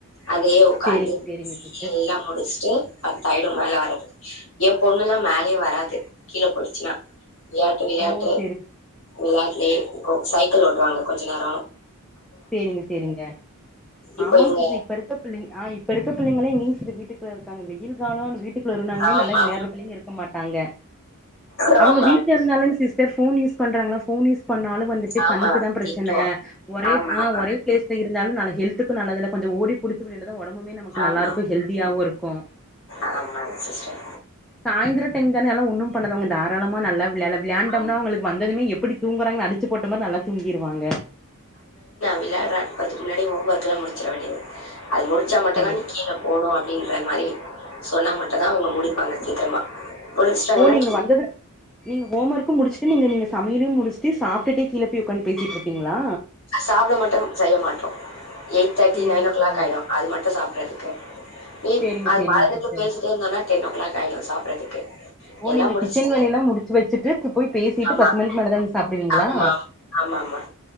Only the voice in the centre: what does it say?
சேரிங்க சேரிங்க சிஸ்டர்
ஓ சேரி
செரிங்க செரிங்க
ஆமாங்
சிஸ்டர் இப்ப இருக்க பிள்ளைங் ஆ இப்ப இருக்க பிள்ளைங்கல்லா இங்கிலீஷ்ல விட் வீட்ல இருக்காங்க வெயில்காலோனு வீட்டுக்குல்ல இருந்தாலுமே
நல்ல விளையாட்ற பிள்ளைங்க இருக்க மாட்டாங்க
அவுங்க
வீட்ல இருந்தாலேங் சிஸ். சார் ஃபோன் யூஸ் பன்றங்களா? ஃபோன் யூஸ் பண்ணாலு வந்துட்டு
கண்ணுக்கு தா பிரச்சன
ஒரே
ஆ
ஒரே பிளேஸ்ல இருந்தாலு நாளைக் ஹெல்த்துக்கு நல்லதுல்ல கொஞ்சோ ஓடி புடிச்சி வெளையாண்டா தா ஒடம்புமே நமக்கு
நல்லா இருக்கு ஹெல்தியாவு இருக்கு.
சாய்ந்திரோ டைம் தான எல்லா ஒன்னு. பண்ணாதவங்க தாராளமா நல்லா விளையால விளையாண்டம்னா
அவுங்களுக் வந்ததுமே எப்டி தூங்குறாங்கன் அடிச்சு போட்ட மாரி நல்லா தூங்கிருவாங்க.
சேரி
ஓ நீங்க வந்ததுக்கு நீங்க ஹோம் ஒர்க்கும் முடிச்சுட்டு நீங்க சமையலையும் முடிச்சுட்டு சாப்ட்டுட்டு கீழ போய் உக்காந்து பேசிட்டு இருக்கீங்களா
சேரிங்க
சேரிங்க
சேரிங்க
சேரிங்க
சிஸ்டர்
ஓ
நீங்க
கிச்சன் வேலையெல்லா முடிச்சு வச்சுட்டு போய் பேசிட்டு
பத்து மணிக்கு மேலதா வந்து சாப்டுவீங்களா